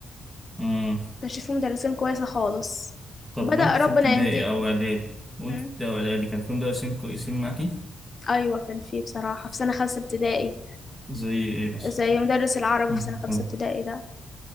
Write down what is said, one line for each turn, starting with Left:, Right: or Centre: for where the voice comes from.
Centre: امم
Left: كانش فيه مدرسين كويسه خالص
Centre: طب
Left: بدأ
Centre: وانت في
Left: ربنا
Centre: ابتدائي
Left: يهديهم
Centre: او اعدادي وانت
Left: م.
Centre: في ابتدائي او اعدادي كان في مدرسين كويسين معاكي
Left: ايوه كان فيه بصراحه في سنه خمسه ابتدائي
Centre: زي ايه بس
Left: زي مدرس العربي
Centre: امم
Left: في سنه خمسه
Centre: طب
Left: ابتدائي ده